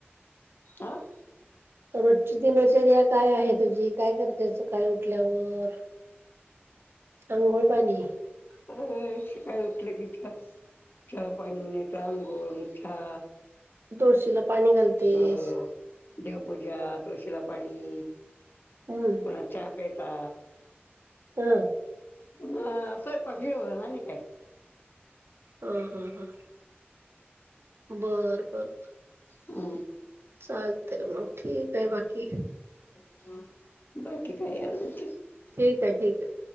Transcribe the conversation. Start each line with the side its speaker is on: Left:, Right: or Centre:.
Left: आह!
Right: रोजची दिनचर्या काय आहे तुझी? काय करते सकाळी उठल्यावर? अंघोळ, पाणी
Left: अं काय उठलं की, च चहा पाणी नाय तर आंघोळ, मग चहा
Right: तुळशीला पाणी घालतेस
Left: अ देवपूजा, तुळशीला पाणी,
Right: हम्म
Left: पुन्हा चहा प्यायचा.
Right: हं!
Left: हं स्वयंपाक, जेवण आणि काय?
Right: हं हं हं! बर बरबर
Left: हं
Right: चालत मग, ठीक आहे. बाकी
Left: हं बाकी काय आजुन?
Right: ठीक आहे ठीक आहे.